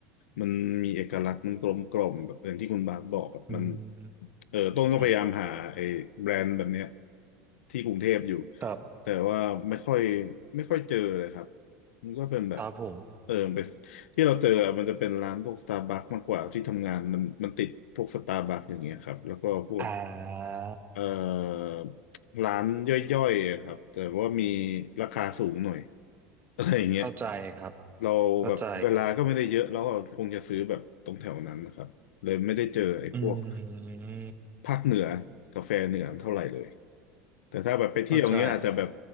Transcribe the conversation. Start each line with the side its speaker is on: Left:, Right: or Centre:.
Left: มันมีเอกลักษณ์มันกลมกล่อมแบบอย่างที่คุณบาสบอกแบบมัน
Right: อืม
Left: เออต้นก็พยายามหาไอ้แบรนด์แบบเนี้ย
Right: อืม
Left: ที่กรุงเทพอยู่
Right: ครับ
Left: แต่ว่าไม่ค่อยไม่ค่อยเจอเลยครับมันก็เป็นแบบ
Right: ครับผม
Left: เออเป็นที่เราเจออะมันจะเป็นร้านพวกสตาร์บัคมากกว่าที่ทำงานมันมันติดพวกสตาร์บัคอย่างเงี้ยครับแล้วก็พวก
Right: อ่า
Left: เอ่อร้านย่อยๆอะครับแต่ว่ามีราคาสูงหน่อย <laughs> อะไรอย่างเงี้ย
Right: เข้าใจครับ
Left: เราแบบเวลาก็ไม่ได้เยอะแล้วก็คงจะซื้อแบบตรงแถวนั้นนะครับเลยไม่ได้เจอไอ้พวก
Right: เข้าใจอืม
Left: ภาคเหนือกาแฟเหนือเท่าไหร่เลยแต่ถ้าแบบไปเที่ยวอย่างเงี้ยอาจจะแบบ
Right: เข้าใจ